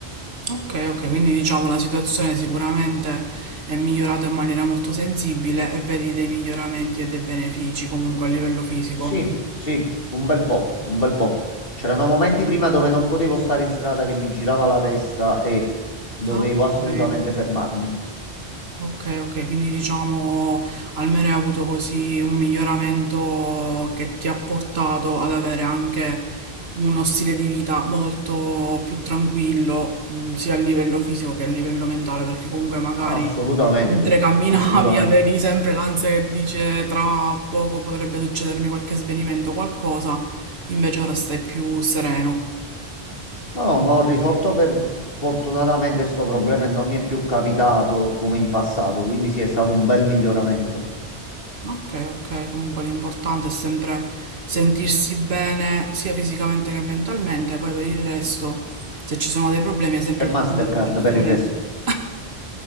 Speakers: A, on the right (about 75°); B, on the left (about 60°).
A: Okay, okay, quindi diciamo la situazione sicuramente è migliorata in maniera molto sensibile e vedi dei miglioramenti e dei benefici comunque a livello fisico.
B: Sì, sì, un bel po', un bel po'. C'erano momenti prima dove non potevo stare in strada che mi girava la testa e dovevo
A: Ah,
B: assolutamente
A: ok.
B: fermarmi.
A: Ok, ok, quindi diciamo almeno hai avuto così un miglioramento che ti ha portato ad avere anche uno stile di vita molto più tranquillo, mh, sia a livello fisico che a livello mentale, perché comunque magari
B: Assolutamente,
A: mentre camminavi
B: assolutamente.
A: <laughs> avevi sempre l'ansia che dice tra poco potrebbe succedermi qualche svenimento, o qualcosa, invece ora stai più sereno.
B: No, no, ma ho risolto per fortunatamente questo problema e non mi è più capitato come in passato, quindi sì, è stato un bel miglioramento.
A: Ok, ok, comunque l'importante è sempre sentirsi bene sia fisicamente che mentalmente, poi per il resto, se ci sono dei problemi, è sempre
B: C'è Mastercard
A: il tuo amico, giustamente.
B: per il resto.